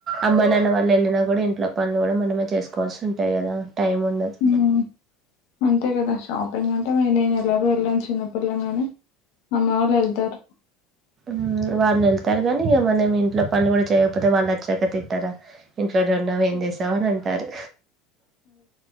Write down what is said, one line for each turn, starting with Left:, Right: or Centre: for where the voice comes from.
Right: అమ్మా నాన్న వాళ్ళు వెళ్ళినా కూడా ఇంట్లో పనులు కూడా మనమే చేసుకోవాల్సి ఉంటాయి కదా టైం ఉండదు.
Left: మ్ అంతే కదా షాపింగ్ అంటే నే నేను ఎలాగో వెళ్ళను చిన్నపిల్లని అని అమ్మ వాళ్ళు వెళ్తారు
Right: మ్మ్ వాళ్ళు వెళ్తారు కానీ ఇక మనం ఇంట్లో పనులు కూడా చేయకపోతే వాళ్ళు వచ్చాక తిట్టరా ఇంట్లోనే ఉన్నావు ఏం చేసావ్ అని అంటారు.